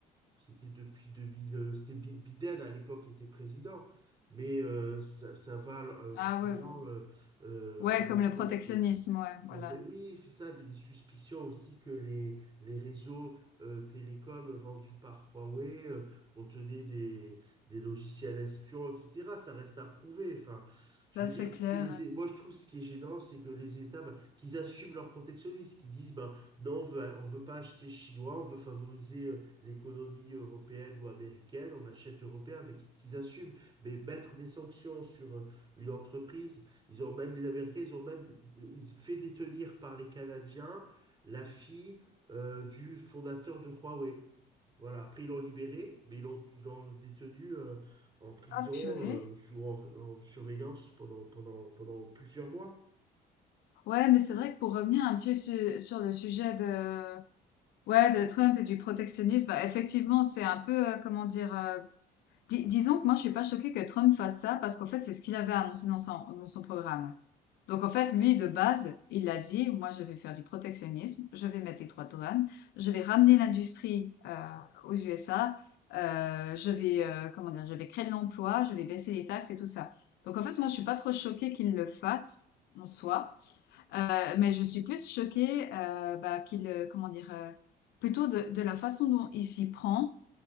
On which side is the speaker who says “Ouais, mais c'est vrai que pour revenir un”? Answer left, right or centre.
Left